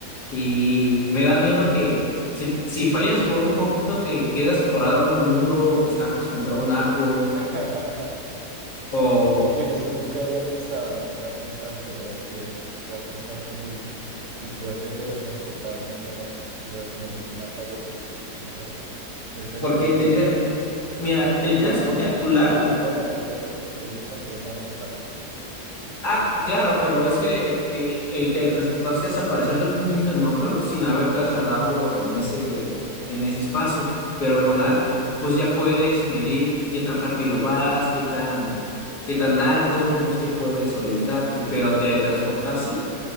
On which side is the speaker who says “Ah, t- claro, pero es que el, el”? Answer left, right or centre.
Left